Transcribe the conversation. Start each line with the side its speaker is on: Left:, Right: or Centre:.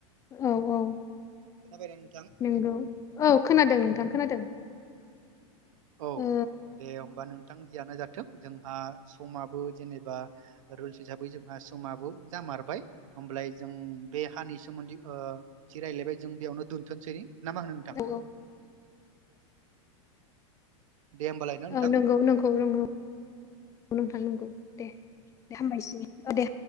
Left: औ-औ
Right: खोनाबायना नोंथां
Left: नोंगौ औ खोनादों नोंथां खोनादों।
Right: औ
Left: ओ
Right: दे होमबा नों थां जियानो जाथों जोंहा समाबो जेनेबा रुलस हिसाबै जोंहा समाबो जाम मारबाय होमब्लाय जों बे हानि सोमोन्दै ओ जि राय्लायबाय जों बेयावनो दोनथ'सै। ना मा होनो नोंथां।
Left: औ
Right: दे होमबालाय ना नोंथां
Left: औ नंगौ नंगौ नंगौ नोंथां नंगौ। दे-दे हामबायसै ओ दे।